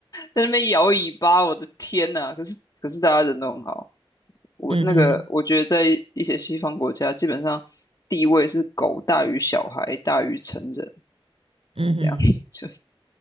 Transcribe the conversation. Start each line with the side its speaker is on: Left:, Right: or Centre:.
Left: 在那边摇尾巴，我的天呐！可是可是大家人都很好，我那个我觉得在一些西方国家，
Right: 嗯哼，
Left: 基本上地位是狗大于小孩大于成人
Right: 嗯哼，
Left: 这样子，<laughs> 就是